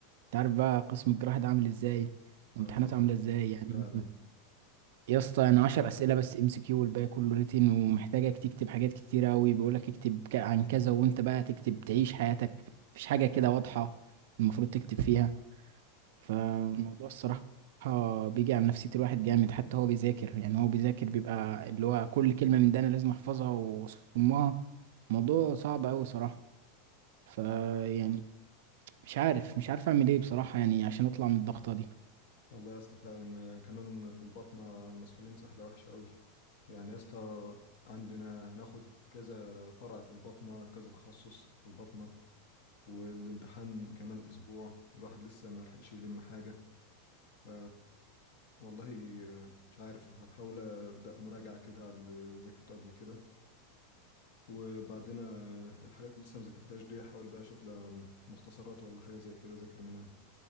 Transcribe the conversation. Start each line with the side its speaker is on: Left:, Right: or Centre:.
Right: انت عارف بقى قسم الجراحه ده عامل ازاي وامتحاناته
Left: اه هو
Right: عامله ازاي يعني
Left: فعلا
Right: يا اسطى انا 10 اسئله بس ام سي كيو والباقي كله ريتن ومحتاجك تكتب حاجات كتير قوي بيقول لك اكتب ك- عن كذا وانت بقى تكتب تعيش حياتك مفيش حاجه كده واضحه المفروض تكتب فيها فالموضوع الصراحه بيجي على نفسيه الواحد جامد حتى هو بيذاكر يعني هو بيذاكر بيبقى اللي هو كل كلمه من ده انا لازم احفظها واصمها موضوع صعب قوي صراحه فيعني مش عارف مش عارف اعمل ايه بصراحه يعني عشان اطلع من الضغطه دي
Left: والله يا اسطى فعلا آه، كمان في البطنة مسحولين سحلة وحشة أوي يعني يا اسطى عندنا هناخد كذا فرع في البطنة كذا تخصص في البطنة والامتحان كمان اسبوع والواحد لسه ما لحقش يلم حاجه ف والله مش عارف هحاول ابدا مراجعه كده على اللي ذاكرته قبل كده وبعدين الحاجات اللي لسه ما ذاكرتهاش دي احاول بقى اشوف لها مختصرات ولا حاجه زي كده ذاكر منها